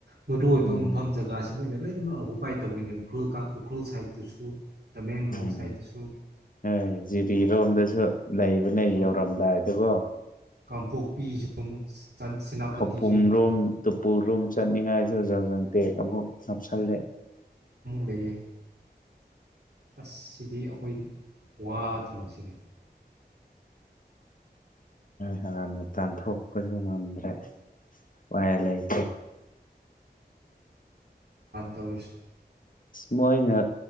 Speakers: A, on the right; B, on the left.
A: ꯃꯔꯨꯑꯣ ꯑꯣꯏꯕ
B: ꯎꯝ
A: ꯃꯐꯝ ꯖꯒꯥꯁꯤ ꯃꯣꯏꯅ ꯂꯣꯏꯅꯃꯛ ꯑꯣꯀꯨꯄꯥꯏ ꯇꯧꯕꯅꯦ ꯎꯈ꯭ꯔꯨꯜ ꯎꯈ꯭ꯔꯨꯜ ꯁꯥꯏꯠꯇꯁꯨ ꯇꯃꯦꯡꯂꯣꯡ
B: ꯎꯝ
A: ꯁꯥꯏꯠꯇꯁꯨ
B: ꯍꯥ ꯖꯤꯔꯤꯔꯣꯝꯗꯁꯨ ꯂꯩꯕꯅꯦ
A: ꯍꯣꯏ
B: ꯌꯧꯔꯝꯗꯥꯏꯗ ꯀꯣ
A: ꯀꯥꯡꯄꯣꯛꯄꯤꯁꯨ ꯑꯃꯨꯛ ꯁꯦꯅꯥꯄꯇꯤꯁꯨ
B: ꯈꯩꯄꯨꯝ
A: ꯌꯦꯡꯉꯨꯅꯤ
B: ꯔꯣꯝ ꯇꯨꯄꯨ ꯔꯣꯝ ꯆꯠꯅꯤꯡꯉꯥꯏꯁꯨ <unintelligible> ꯍꯧꯖꯛꯖ ꯇꯦꯀꯁ ꯑꯃꯨꯛ ꯥꯅꯞꯁꯜꯂꯦ
A: ꯂꯩ ꯑꯁ ꯁꯤꯗꯤ ꯑꯩꯈꯣꯏ ꯋꯥꯗ꯭ꯔꯣ ꯁꯗꯤ
B: ꯍꯥꯟꯅ ꯇꯥꯟꯊꯣꯛꯄꯁꯨ ꯉꯝꯗ꯭ꯔꯦ ꯋꯥꯏ ꯂꯩꯇꯦ
A: ꯇꯥꯁꯨ
B: ꯃꯣꯏꯅ